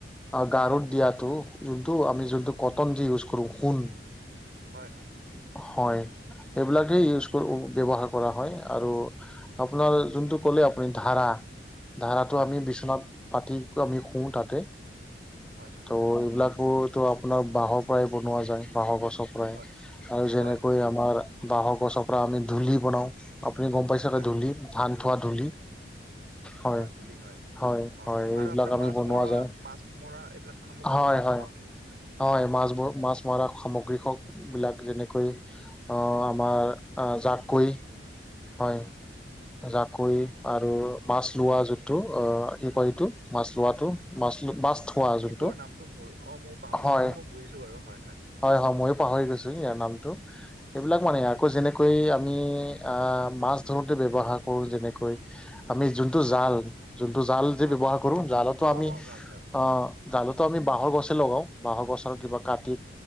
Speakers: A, in the centre; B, on the right.
A: গাৰত দিয়টো, যোনটো আমি যোনটো কটন যে ইউজ কৰো, ঊল,
B: হয় হয়
A: হয়। সেইবিলাকেই ইউজ কৰো ব্যৱহাৰ কৰা হয় আৰু আপোনাৰ যোনটো ক'লে আপুনি ধাৰা, ধাৰ তো
B: হয়
A: আমি
B: হয়
A: বিচনাত পাতি আমি শোওঁ তাতে,
B: হয় হয়
A: ত', এইবিলাক কাপোৰতো আপোনাৰ বাঁহৰ পৰাই বনোৱা যায়, বাঁহৰ গছৰ পৰাই
B: হয়
A: আৰু যেনেকৈ
B: হয় হয় হয়।
A: আমাৰ বাহৰ গছৰ পৰা আমি আমি দুলি বনাও, আপুনি গম পাইছে?
B: হয়
A: দুলি, ধান থোৱা দুলি, হয়।
B: দুলি হয়।
A: হয়,
B: অ',
A: হয়,
B: আৰু
A: এইবিলাক
B: আপোনাৰ
A: আমি
B: মাছ
A: বনোৱা
B: মৰা
A: যায়।
B: মাছ মৰা এইবিলাক সামগ্ৰীবিলাকো
A: হয়, হয়।
B: পাওঁ নেকি?
A: হয়, মাছবোৰ মাছ মৰা সামগ্ৰী হ বিলাক যেনেকৈ আহ আমাৰ আঁ, জাকৈ হয় জাকৈ?
B: অ',
A: আৰু মাছ লোৱা যোনটো অ কি কয় এইটো মাছ লোৱাটো? মাছ লো মাছ থোৱা যোনটো
B: সেইটোৰ নামটো মোৰ অঁ মও পাহৰিছো
A: হয়,
B: কিন্তু মই বুজিছো বাৰু হয় হয়।
A: হয় হয়, ময়ো পাহৰি গৈছো ইয়াৰ নামটো। এইবিলাক মানে
B: হয়
A: আকৌ যেনেকু, কৰি আমি আ মাছ ধৰোঁতে ব্যৱহাৰ কৰোঁ যেনেকৈ, আমি যোনটো
B: হয়
A: জাল? যোনটো জাল যে
B: হয়
A: ব্যৱহাৰ
B: হয়
A: কৰো? জালতো
B: অ
A: আমি
B: অ জাল জাল
A: অঁ জালটো আমি বাঁহৰ গছে লগাওঁ। বাঁহৰ গছৰ কিবা কাটি